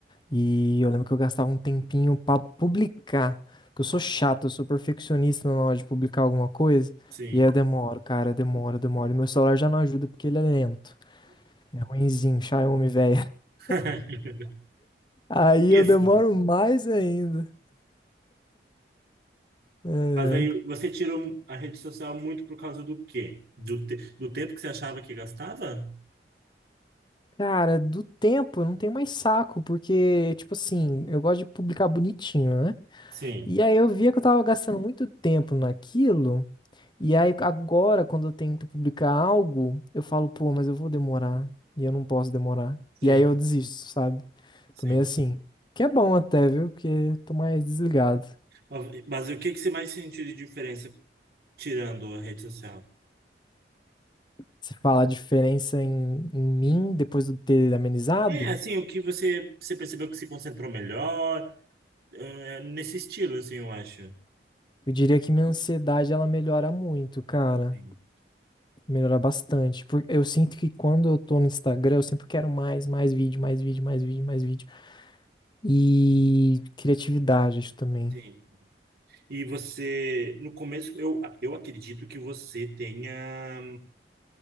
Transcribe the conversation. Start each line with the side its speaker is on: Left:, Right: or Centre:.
Left: E eu lembro que eu gastava um tempinho pra publicar. Porque eu sou chato, eu sou perfeccionista na hora de publicar alguma coisa.
Right: Sim.
Left: E aí eu demoro, cara, eu demoro, eu demoro. E meu celular já não ajuda porque ele é lento. É ruinzinho, Xiaomi, velho. <laughs>
Right: <laughs>
Left: Aí
Right: Isso.
Left: eu demoro mais ainda. É. é.
Right: Mas aí você tirou a rede social muito por causa do quê? Do, te- do tempo que você achava que gastava?
Left: Cara, do tempo eu não tenho mais saco, porque, tipo assim, eu gosto de publicar bonitinho, né?
Right: Sim,
Left: E aí eu via que eu tava gastando muito tempo naquilo. E aí agora, quando eu tento publicar algo, eu falo, pô, mas eu vou demorar. E eu não posso demorar.
Right: sim,
Left: E aí eu desisto, sabe?
Right: sim.
Left: Tô meio assim. Que é bom até, viu? Porque tô mais desligado.
Right: Mas, mas o que que você mais sentiu de diferença tirando a rede social?
Left: Você fala a diferença em, em mim depois do ter amenizado?
Right: É, assim, o que você, você percebeu que se concentrou melhor? é, nesse estilo, assim, eu acho.
Left: Eu diria que minha ansiedade ela melhora muito, cara.
Right: Sim.
Left: Melhora bastante. Porque eu sinto que quando eu tô no Instagram, eu sempre quero mais, mais vídeo, mais vídeo, mais vídeo, mais vídeo. E criatividade, acho também.
Right: Sim. E você, no começo, eu, eu acredito que você tenha,